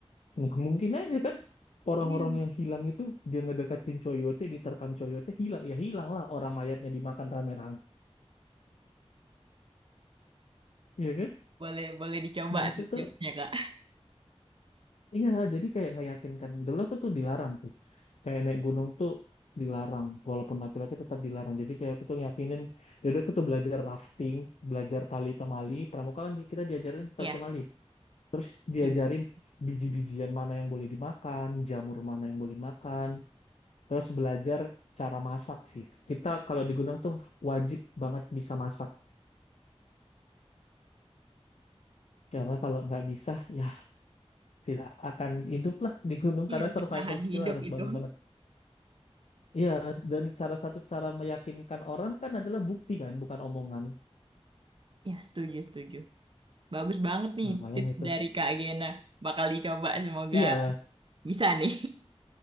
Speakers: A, on the left (about 80°); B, on the right (about 50°).
A: Nah, mungkin aja kan orang-orang
B: iya
A: yang hilang itu dia ngedekatin coyote diterkam coyote hilang ya hilang lah orang mayatnya dimakan rame-rame Iya kan
B: boleh boleh dicoba
A: nah itu
B: tuh
A: tuh
B: tipsnya kak
A: Iya, jadi kayak nggak yakinkan. Dulu aku tuh dilarang tuh. Kayak naik gunung tuh dilarang. Walaupun laki-laki tetap dilarang. Jadi kayak aku tuh yakinin. Jadi aku tuh belajar rafting, belajar tali temali. Pramuka kan kita diajarin
B: <laughs>
A: tali
B: Iya,
A: temali. Terus diajarin
B: sibuk.
A: biji-bijian mana yang boleh dimakan, jamur mana yang boleh dimakan. Terus belajar cara masak sih. Kita kalau di gunung tuh wajib banget bisa masak. Karena kalau nggak bisa, ya tidak akan hidup lah di gunung.
B: Iya,
A: Karena survival
B: bertahan
A: skill
B: hidup
A: harus
B: itu.
A: bagus banget. Iya, dan cara satu cara meyakinkan orang kan adalah bukti kan, bukan omongan.
B: Ya, setuju, setuju. Bagus banget nih
A: Nah, paling
B: tips
A: itu.
B: dari
A: s-
B: Kak Gena. Bakal dicoba semoga
A: Iya,
B: bisa nih.